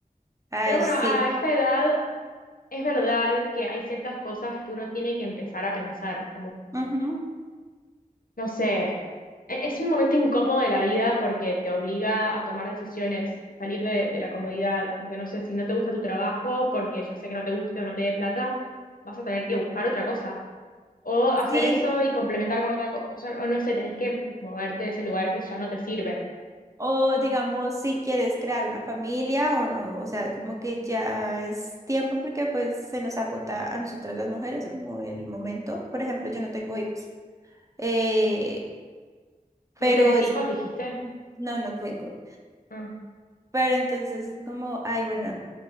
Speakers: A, on the right; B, on the left.
A: Ay,
B: Pero bueno,
A: sí.
B: a esta edad es verdad que hay ciertas cosas que uno tiene que empezar a pensar,
A: Ujú.
B: no sé, e- es un momento incómodo de la vida porque te obliga a tomar decisiones y salir de, de la comodidad. Como que no sé, si no te gusta tu trabajo porque ya sea que no te guste o no te dé plata, vas a tener que buscar otra cosa. O hacer
A: Sí.
B: eso y complementar con otra cosa. O no sé, tenés que moverte de ese lugar que ya no te sirve.
A: O digamos, si quieres crear una familia o no, o sea, como que ya es tiempo porque pues se nos agota a nosotras las mujeres como el momento. Por ejemplo, yo no tengo hijos, eh,
B: ¿No
A: pero
B: tenés
A: es,
B: hijos, dijiste?
A: no, no tengo.
B: Ah,
A: Pero entonces es como, ay, bueno,